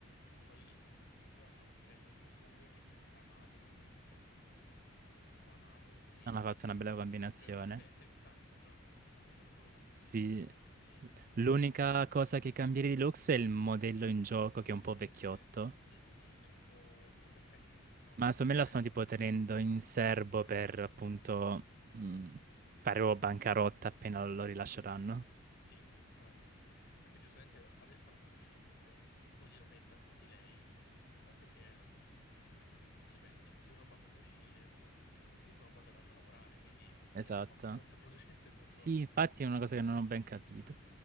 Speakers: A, on the left; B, on the right.
A: ma poi proprio hanno preso un personaggio che è stramato con un set di skin appunto che è stramato, quindi
B: Hanno fatto
A: hanno
B: una bella
A: fatto
B: combinazione.
A: proprio <laughs> esatto, no, fatto fortuna.
B: Sì,
A: Quindi ci
B: l'unica
A: sta.
B: cosa che cambierei di Lux è il modello in gioco che è un po' vecchiotto.
A: Sì. Mhm, È un po', un po' meccanico, meccanoso,
B: Ma secondo
A: meccanico,
B: me la stanno tipo tenendo in serbo per appunto mh, fare proprio bancarotta appena lo rilasceranno.
A: Sì, può essere. Perché giustamente adesso hanno fatto uscire comunque un, un po' di robetta su di lei. Il fatto è che, mh, se ci pensi, più roba fanno uscire, poi su più roba dovranno lavorare, quindi
B: Esatto.
A: è un po' anche <laughs> controproducente per
B: Sì,
A: loro.
B: infatti
A: Però, vabbè.
B: è una cosa che non ho ben capito.